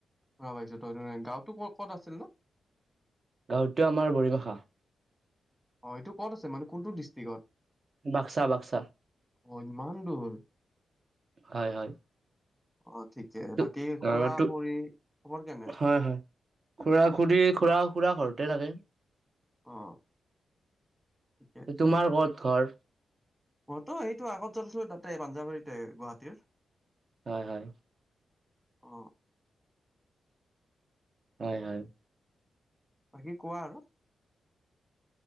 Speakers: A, in the centre; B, on the right (about 35°).
A: খবৰ পাইছো। <unintelligible> গাঁওতো ক'ত আছিল নো?
B: গাঁৱততো আমাৰ বৰিবাসা।
A: অ', এইটো ক'ত আছে মানে কোনটো ডিষ্ট্ৰিকত?
B: বাক্সা, বাক্সা।
A: অ ইমান দূৰ
B: হয়, হয়।
A: অ', ঠিকে।
B: তো
A: বাকী খুৰা,
B: অ তো
A: খুৰী খবৰ কেনে?
B: হয় হয় খুৰা, খুৰী, খুৰা-খুৰা ঘৰতে থাকে।
A: অ ঠিকে
B: তোমাৰ ক'ত ঘৰ?
A: মোৰতো সেইটো আগত য'ত আছিলো তাতে, পাঞ্জাৱাৰীতে, গুৱাহাটীৰ।
B: হয়, হয়।
A: অ
B: হয়, হয়।
A: বাকী কোৱা আৰু।